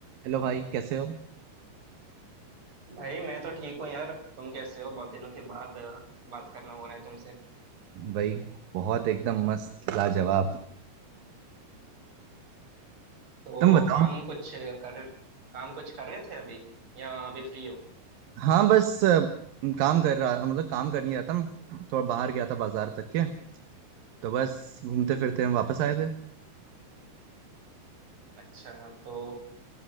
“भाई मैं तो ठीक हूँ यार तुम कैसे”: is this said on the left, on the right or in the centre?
Right